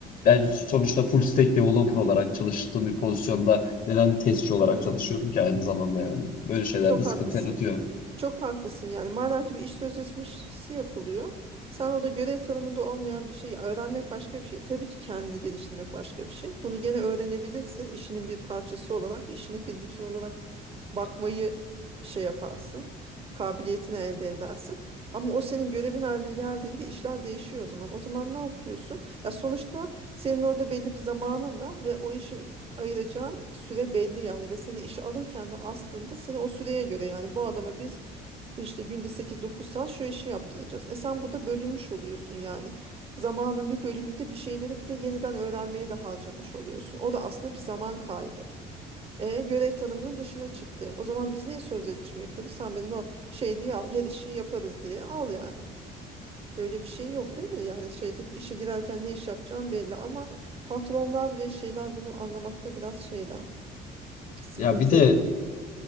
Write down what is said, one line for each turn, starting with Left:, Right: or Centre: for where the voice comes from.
Left: ben sonuçta full stack developer olarak çalıştığım bir pozisyonda neden testçi olarak
Right: Hı hı.
Left: çalışıyorum ki aynı zamanda yani. Böyle şeyler
Right: Çok
Left: de sıkıntı
Right: haklısın.
Left: yaratıyor.
Right: Çok haklısın yani. Madem ki bir iş sözleşmesi yapılıyor. Sen orada görev tanımında olmayan bir şey, öğrenmek başka bir şey. Tabii ki kendini geliştirmek başka bir şey. Bunu gene öğrenebilirsin. İşinin bir parçası olarak, işine bir bütün olarak bakmayı şey yaparsın. Kabiliyetini elde edersin. Ama o senin görevin haline geldiğinde işler değişiyor o zaman. O zaman ne yapıyorsun? Ya sonuçta senin orada belli bir zamanın var ve o işe ayıracağın süre belli yani ve seni işe alırken de aslında seni o süreye göre yani bu adama biz işte günde sekiz dokuz saat şu işi yaptıracağız. E sen burada bölünmüş oluyorsun yani. Zamanın bir bölümünde bir şeyleri bir de yeniden öğrenmeye de harcamış oluyorsun. O da aslında bir zaman kaybı. E, görev tanımının dışına çıktı. O zaman biz niye sözleşme yapıyoruz? Sen benim o şey diye al, her işi yaparız diye al yani. Böyle bir şey yok değil mi? Yani şeyde işe girerken ne iş yapacağım belli ama patronlar ve şeyler bunu anlamakta biraz şeyler. Sıkıntı.
Left: Ya bir de